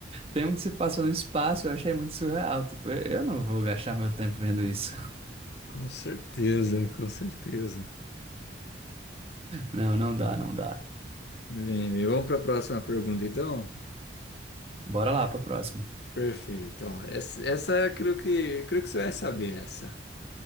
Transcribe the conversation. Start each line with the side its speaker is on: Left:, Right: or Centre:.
Right: tem um que se passa no espaço, eu achei muito surreal. Tipo, eu, eu não vou gastar meu tempo vendo isso. <laughs>
Left: com certeza, com certeza.
Right: Não, não dá, não dá.
Left: Bem, vamos para a próxima pergunta, então?
Right: Bora lá pra próxima.
Left: Perfeito. Ó, essa, essa creio que, creio que você vai saber essa.